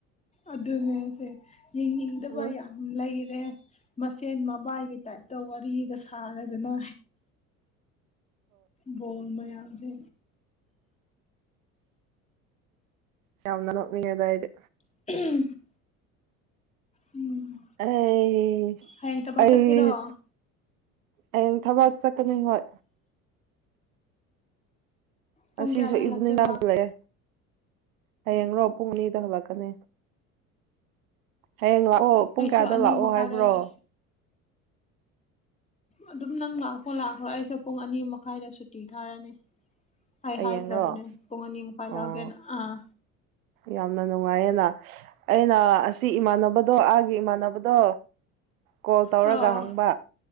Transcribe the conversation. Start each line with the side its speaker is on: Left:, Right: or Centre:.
Left: ꯑꯗꯨꯅꯦꯁꯦ ꯌꯦꯡꯅꯤꯡꯗꯕꯌꯥꯝꯅ
Right: ꯍꯣꯏ
Left: ꯂꯩꯔꯦ ꯃꯁꯦꯟ ꯃꯕꯥꯏꯒꯤ ꯇꯥꯏꯞꯇ ꯋꯥꯔꯤꯒ ꯁꯥꯔꯗꯅ ꯕꯣꯜ ꯃꯌꯥꯝꯖꯦ
Right: ꯆꯝꯅ ꯅꯣꯛꯅꯤꯉꯦꯗ ꯑꯩꯗꯤ
Left: <unintelligible> ꯎꯝ
Right: ꯑꯩ
Left: ꯍꯌꯦꯡ ꯊꯕꯛ
Right: ꯑꯩ
Left: ꯆꯠꯀꯦꯔꯣ
Right: ꯍꯌꯦꯡ ꯊꯕꯛ ꯆꯠꯀꯅꯤ ꯍꯣꯏ ꯉꯁꯤꯁꯨ
Left: ꯄꯨꯡ ꯀꯌꯥꯗ ꯍꯜꯂꯛꯇꯣꯏꯕ
Right: ꯏꯚꯅꯤꯡꯗ ꯍꯜꯂꯛꯑꯦ ꯍꯌꯦꯡꯂꯣ ꯄꯨꯡ ꯑꯅꯤꯗ ꯍꯜꯂꯛꯀꯅꯤ꯫ ꯍꯌꯦꯡ ꯂꯥꯛꯑꯣ ꯄꯨꯡ
Left: ꯑꯩꯁꯨ
Right: ꯀꯌꯥꯗ
Left: ꯑꯅꯤ
Right: ꯂꯥꯛꯑꯣ
Left: ꯃꯈꯥꯏꯗ
Right: ꯍꯥꯏꯕ꯭ꯔꯣ
Left: ꯑꯗꯨꯝ ꯅꯪ ꯂꯥꯛꯈ꯭ꯔꯣ ꯂꯥꯛꯈ꯭ꯔꯣ ꯑꯩꯁꯨ ꯄꯨꯡ ꯑꯅꯤ ꯃꯈꯥꯏꯗ ꯁꯨꯇꯤ ꯊꯥꯔꯅꯤ ꯑꯩ
Right: ꯍꯌꯦꯡꯔꯣ
Left: ꯍꯥꯏꯈ꯭ꯔꯕꯅꯦ ꯄꯨꯡ ꯑꯅꯤ ꯃꯈꯥꯏ
Right: ꯑꯣ
Left: ꯂꯥꯛꯀꯦꯅ ꯑꯥ
Right: ꯌꯥꯝꯅ ꯅꯨꯡꯉꯥꯏꯌꯦꯅ ꯑꯩꯅ ꯑꯁꯤ ꯏꯃꯥꯟꯅꯕꯗꯣ ꯑꯥꯒꯤ ꯏꯃꯥꯟꯅꯕꯗꯣ ꯀꯣꯜ ꯇꯧꯔꯒ
Left: ꯑꯣ
Right: ꯍꯪꯕ